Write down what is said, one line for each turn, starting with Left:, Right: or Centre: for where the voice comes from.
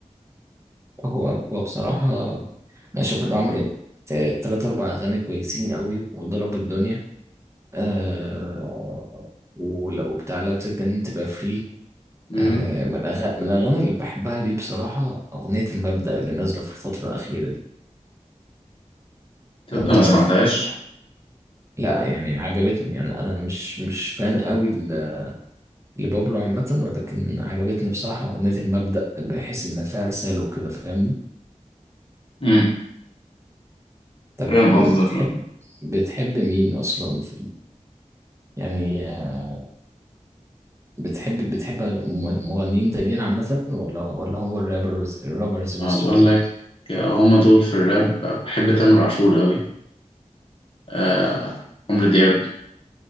Right: هو هو بصراحه انا شايف انه عمل ثلاثة اربع اغاني كويسين قوي وضربوا الدنيا آه ولو بتاع لو تتجنن تبقى فري
Left: امم
Right: آه من الأغاني من الأغاني اللي بحبها ليه بصراحة أغنية المبدأ اللي نازلة في الفترة الأخيرة دي
Left: تبدأ
Right: لو
Left: ما
Right: تعرفها
Left: مم. سمعتهاش
Right: لا يعني عجبتني يعني أنا مش مش فان قوي ل- لبابلو عامة ولكن عجبتني بصراحة أغنية المبدأ بحيث إن فيها رسالة وكده فاهمني
Left: امم
Right: طب
Left: فاهم
Right: بتحب
Left: قصدك اه
Right: بتحب مين أصلا في ال... يعني آه، بتحب بتحب مغنيين تانيين عامة ولا ولا هو الرابرز الرابرز بس
Left: ما بقول
Right: وكده
Left: لك هما دول في الراب بحب تامر عاشور قوي آه عمرو دياب